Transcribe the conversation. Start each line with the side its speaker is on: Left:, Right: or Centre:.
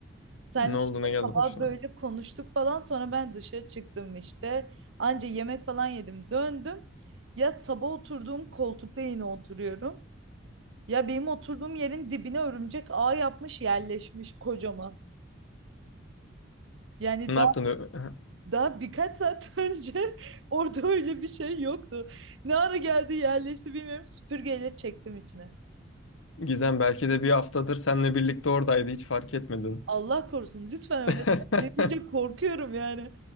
Right: Sen
Left: Ne oldu
Right: işte
Left: ne geldi
Right: sabah
Left: başına?
Right: böyle konuştuk falan sonra ben dışarı çıktım işte. Anca yemek falan yedim döndüm. Ya sabah oturduğum koltukta yine oturuyorum. Ya benim oturduğum yerin dibine örümcek ağ yapmış yerleşmiş kocaman. Yani
Left: Ne
Right: daha,
Left: yaptın? Ö- <laughs>
Right: daha birkaç saat <laughs> önce orada öyle bir şey yoktu. Ne ara geldi yerleşti bilmiyorum süpürgeyle çektim içine.
Left: Gizem belki de bir haftadır seninle birlikte oradaydı hiç fark etmedin.
Right: Allah korusun lütfen öyle
Left: <laughs>
Right: <laughs> deme. Ne deyince korkuyorum yani.